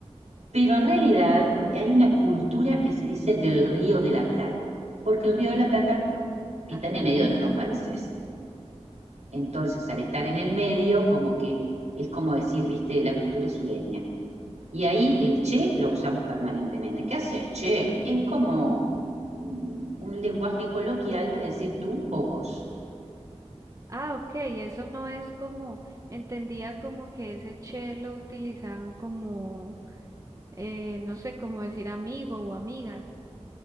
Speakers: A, on the right; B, on the right.
A: pero en realidad hay una cultura que se dice del Río de la Plata, porque el Río de
B: ¿Y
A: la Plata
B: qué?
A: está
B: Ajá,
A: en el medio
B: ¿qué
A: de
B: es
A: los dos
B: eso?
A: países. Entonces, al estar en el medio, como que es como decir, viste, la cultura sureña. Y ahí el che lo usamos permanentemente. ¿Qué haces, che? Es como mm, un lenguaje coloquial para decir tú o vos.
B: Ah, ok, eso no es como, entendía como que ese che lo utilizaban como, eh, no sé, como decir amigo o amiga.